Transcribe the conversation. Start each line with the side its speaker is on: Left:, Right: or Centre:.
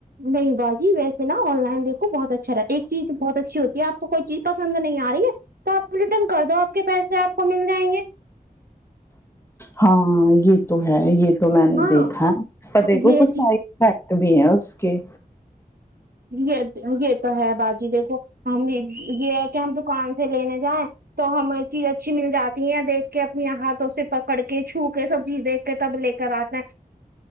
Right: نہیں باجی ویسے جناب آن لائن دیکو بہت اچھا رہا ایک چیز بہت اچھی ہوتی ہے آپ کوئی چیز پسند نہیں آ رہی ہے تو آپ ریٹرن کر دو آپ کے پیسے آپ کو مل جائیں گے
Left: ہاں یہ تو ہے یہ تو میں نے
Right: ہاں
Left: دیکھا دیکھو
Right: یہ
Left: کچھ سائڈفیکٹ
Right: چیز
Left: بھی ہیں اس کے
Right: یہ یہ تو ہے باجی دیکھو ہم یہ ہے کہ ہم دکان سے لینے جائیں تو ہمیں چیز اچھی مل جاتی دیکھ کے اپنی ہاتھوں سے پکڑ کے چھو کے سب چیز دیک کے تب لے کر آتے ہیں